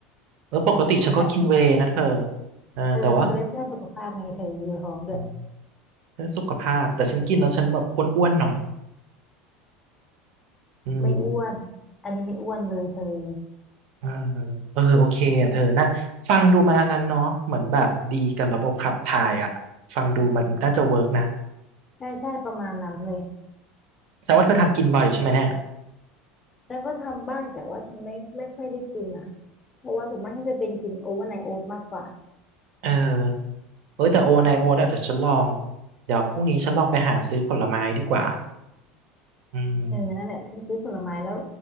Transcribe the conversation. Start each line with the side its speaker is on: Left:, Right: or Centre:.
Right: เออปกติฉันก็กินเวย์นะเธอ
Left: นั่นแหละ
Right: เออแต่ว่า
Left: เออมันจะได้เพื่อนสุขภาพไงเธออยู่ท้องด้วย
Right: อืมเพื่อสุขภาพแต่ฉันกินแล้วฉันแบบอ้วนๆหน่อยอืม
Left: ไม่อ้วนอันนี้ไม่อ้วนเลยเธอ
Right: เออเออโอเคอ่ะเธอนะฟังดูมาอันนั้นเนาะเหมือนแบบดีกับระบบขับถ่ายอ่ะฟังดูมันน่าจะเวิร์กนะ
Left: ใช่ใช่ประมาณนั้นเลย
Right: แสดงว่าเธอทำกินบ่อยใช่ไหมเนี่ย
Left: ฉันก็ทำบ้างแต่ว่าฉันไม่ไม่ค่อยได้กินนะเพราะว่าส่วนมากฉันจะเป็นกินโอเวอร์ไนท์โอ๊ตมากกว่า
Right: เออ เอ้ยแต่โอไนโอเดี๋ยวฉันลองเดี๋ยวพรุ่งนี้ฉันลองไปหาซื้อผลไม้ดีกว่าอืม
Left: เออนั่นแหละเธอซื้อผลไม้แล้ว